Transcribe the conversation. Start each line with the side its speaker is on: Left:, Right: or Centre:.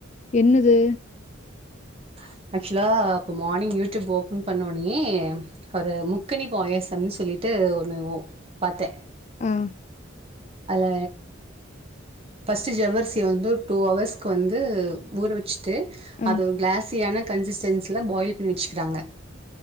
Left: என்னது
Right: ஆ ஆக்சுலா இப்போ மார்னிங் யூடியூப் ஓப்பன் பண்ணோடனே ஒரு முக்கணி பாயசம்னு சொல்லிவிட்டு ஒன்னு பாத்தேன்
Left: ஆஹா
Right: அதுல பர்ஸ்ட் ஜவர்சிய வந்து டூ ஹெவர்சுக்கு வந்து ஊற வச்சு ட்டு
Left: ஆ,
Right: அது கிளாஸ் எனக் கன்சிடென்சில பாயில் பண்ணி வச்சுட்டங்க